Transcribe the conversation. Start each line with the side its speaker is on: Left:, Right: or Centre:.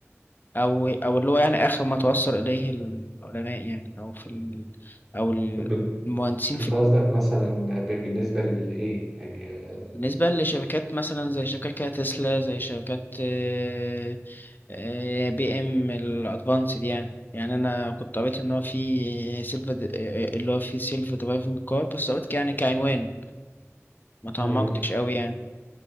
Left: او او اللي هو يعني اخر ما توصل اليه العلماء يعني او في ال او
Centre: طب انت
Left: المهندسين في
Centre: قصدك مثلا ب- بالنسبة لإيه يعني آه،
Left: بالنسبة لشركات مثلا زي شركات كده تسلا زي شركات آه، آه، بي ام الادفانسد يعني يعني انا كنت قريت ان هو في سيلف اللي هو في سيلف درايفنج كار بس قلت يعني كعنوان ما تعمقتش
Centre: ايوه
Left: قوي يعني